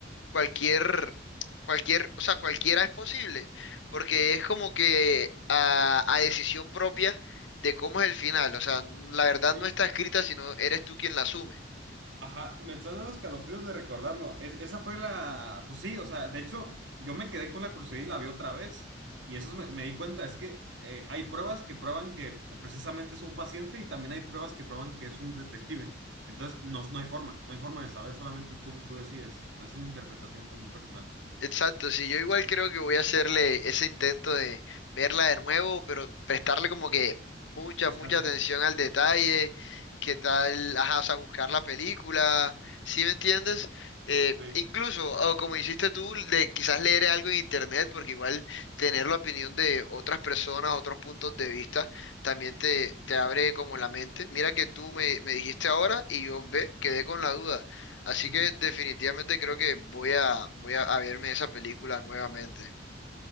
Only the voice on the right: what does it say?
Sí,
Ajá, me están dando escalofríos de recordarlo. Es- esa fue la, pues sí, o sea, de hecho, yo me quedé con la curiosidad y la vi otra vez. Y eso me, me di cuenta, es que eh, hay pruebas que prueban que precisamente es un paciente y también hay pruebas que prueban que es un detective. Entonces, no, no hay forma, no hay forma de saber, solamente tú, tú decides. O sea, es una interpretación pues muy personal,
buscando.
Sí.
Ujú.